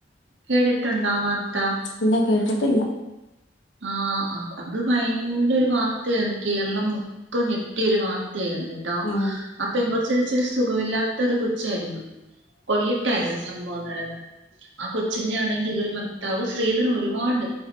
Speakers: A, on the right; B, on the left.
A: കേട്ടിട്ടുണ്ടാ വർത് ത്താ-
B: ഇല്ല കേട്ടിട്ടില്ല
A: ആ അത് ഭയങ്കോരു വാർത്തയാരുന്നു കേരളം മൊത്തം ഞെട്ടിയ ഒരു വാർ ത്തെ ആരുന്നു കേട്ടോ
B: ആ
A: ആ പെങ്കൊച്ചിന് ഇച്ചിരി സുഖവില്ലാ ത്ത ഒരു കൊച്ചാരുന്നു കൊല്ലത്തായിരുന്നു സംബവം നടന്ന ആ കൊച്ചിന്റെ ആണെങ്കി ഇത് പോലെ ഭർത്താവ് സ്ത്രീധനം ഒരുപാട്